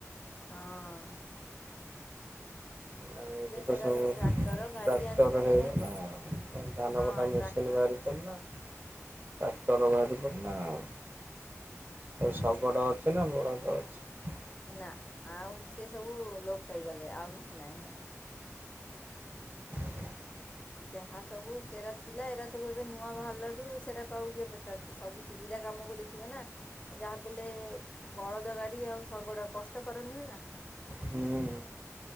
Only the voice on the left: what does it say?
ହଁ
ସେଟା
ଟ୍ରାକ୍ଟର ଗାଡ଼ି
ଆସିଲାଣି
ହାରି
ହଁ
ଟ୍ରାକ୍ଟର
ହଁ
ନା ଆଉ ସେ ସବୁ ଲୋପ ପାଇଗଲେ ଆଉ କିଛି ନାହିଁ ହେନା
ଯାହା ସବୁ ସେରା ଥିଲା ଏରା ସବୁ ଏବେ ନୂଆ ବାହାରିଲାରୁୁ ସେରା କ କିଏ ପଚାରୁଛି ସବୁ ସୁବିଧା କାମକୁ ଦେଖିବେ ନା ଯାହା ବି ହେଲେ ବଳଦ ଗାଡ଼ି ଆଉ ଶଗଡ଼ କଷ୍ଟକର ନୁହେଁ ନା?